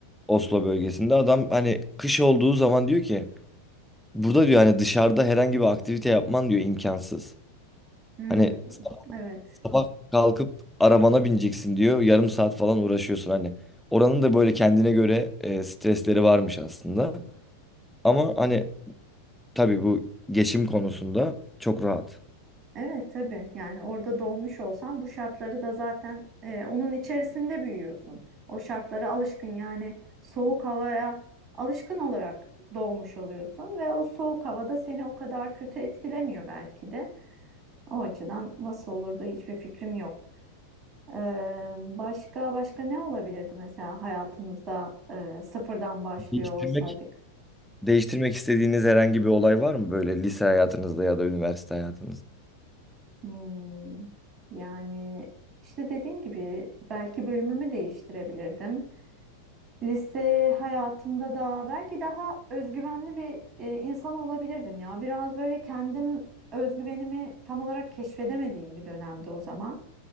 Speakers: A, in the centre; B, on the right.
A: Oslo bölgesinde. Adam hani kış olduğu zaman diyor ki burada diyor hani dışarıda herhangi bir aktivite yapman diyor imkansız.
B: Hmm,
A: Hani
B: evet.
A: sabah kalkıp arabana bineceksin diyor. Yarım saat falan uğraşıyorsun hani. Oranın da böyle kendine göre e, stresleri varmış aslında. Ama hani tabii bu geçim konusunda çok rahat.
B: Evet tabii. Yani orada doğmuş olsan bu şartları da zaten e, onun içerisinde büyüyorsun. O şartlara alışkın yani soğuk havaya alışkın olarak doğmuş oluyorsun ve o soğuk havada seni o kadar kötü etkilemiyor belki de. O açıdan nasıl olur da hiçbir fikrim yok. Eee, başka başka ne olabilirdi mesela hayatımızda eee, sıfırdan başlıyor
A: Değiştirmek,
B: olsaydık?
A: değiştirmek istediğiniz herhangi bir olay var mı böyle lise hayatınızda ya da üniversite hayatınızda?
B: Hmm, yani işte dediğim gibi belki bölümümü değiştirebilirdim. Lise hayatımda da belki daha özgüvenli bir e, insan olabilirdim ya. Biraz böyle kendim özgüvenimi tam olarak keşfedemediğim bir dönemde o zaman.